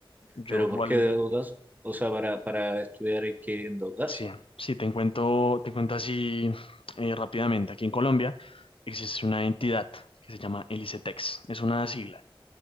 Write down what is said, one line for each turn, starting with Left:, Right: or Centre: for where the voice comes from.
Left: Yo
Right: pero ¿por
Left: igual,
Right: qué deudas? O sea, para, para estudiar hay que endeudarse.
Left: sí, sí, te cuento, te cuento así eh, rápidamente. Aquí en Colombia existe una entidad que se llama el ICETEX, es una sigla.